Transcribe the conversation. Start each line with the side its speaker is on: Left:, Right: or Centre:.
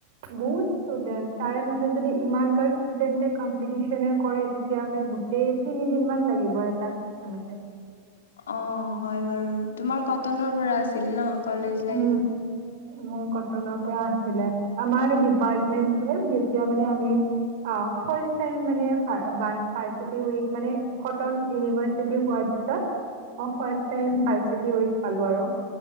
Right: বহুত ষ্টুডেণ্ট, তাৰে মাজত যদি ইমানগাল ষ্টুডেণ্টে কম্পিটিচনে কৰে তেতিয়া হ'লে গোটেই তিনিদিন মান লাগিব এটা। চেচনতে
Left: অ হয় বাৰু। তোমাৰ কটনৰ পৰা আছিল ন। College life.
Right: um মোৰ কটনৰ পৰা আছিলে আমাৰ। ডিপাৰ্টমণ্ট
Left: অ
Right: দি যেৱা মানে আমি ফাষ্ট টাইম মানে ফাইচিতি মানে কথন ইনভাচিটি হোৱা পিছত? অ ফ টাইম ফাইচিতি উক। পালো আৰু